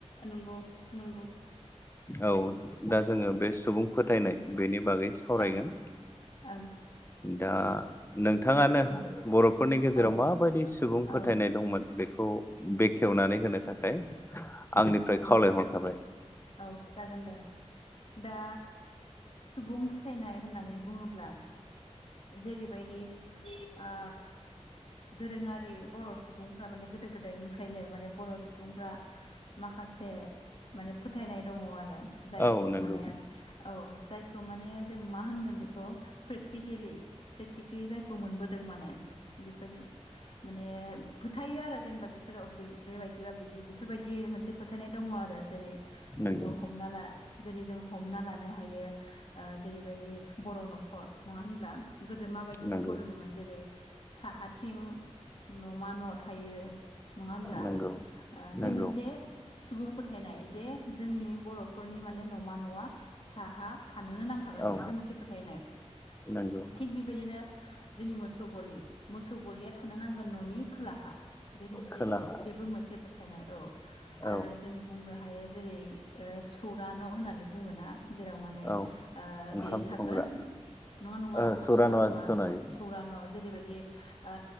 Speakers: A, on the left (about 50°); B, on the left (about 20°).
A: नंगौ नंगौ।
B: औ दा जोङो बे सुबुं फोथायनाय बेनि बागै सावरायगोन।
A: ओं ओं
B: दा नोंथाङानो
A: ओं
B: बर'फोरनि गेजेराव
A: औ
B: माबायदि सुबुं
A: औ
B: फोथायनाय दंमोन बेखौ खौ बेखेवनानै होनो थाखाय
A: ओ
B: आंनिफ्राय खावलायहर
A: औ
B: थाबाय।
A: औ जागोन दे दा सुबुं फोथायनाय होननानै बुङोब्ला जेरैबायदि ओ दोरोङारि ओ बर' सुबुं मा गोदो-गोदायनिफ्रायनो माने बर' सुबुंफ्रा माखासे माने होनाय दं आरो जायखौ
B: औ नंगौ
A: माने औ जाय खौ माने जों मा होनगोन बेखौ प्रेकटिकेलि प्रेकटि खिनि जायखौ मोनबोदों माने बेफोरनि माने फोथायो आरो जेनेबा बिसोरो बेबायदिबा बिदि बेफोरबायदि मोनसे फोथायनाय दङ आरो जेरै
B: नंगौ
A: जोङो हमना ला जेरै जों हमना लानो हायो ओ जेरैबायदि बर' न'खर नङा होनब्ला? गोदो माबायदि न'खर
B: नंगौ
A: लुयोमोन जेरै साहाथिं न'मा न' थायो। नङा होब्ला
B: नंगौ
A: ओ बे
B: नंगौ
A: मोनसे सुबुं फोथायनाय जे जोंनि बर'फोरनि माने न'मा न'आ साहा थानोनो नांगौ। हागार
B: औ
A: माने बे मोनसे फोथायनाय
B: नंगौ
A: थिग बेबायदिनो जोंनि मोसौ गलि मोसौ गलिया थानो नांगोन न'नि खोलाहा। बे मोनसे
B: खोलाहा
A: बेबो मोनसे फोथायनाय औ आरो
B: औ
A: जों बुंनो हायो जेरै ओ सौरा न' होननानै बुङोना जेराव माने
B: औ
A: ओ
B: ओंखाम
A: बेयो थागोन।
B: संग्रा
A: नङा नङा
B: ओ
A: ओंखाम
B: सौरा
A: संग्रा नङा
B: सनारि
A: सौरा न' जेरैबायदि ओ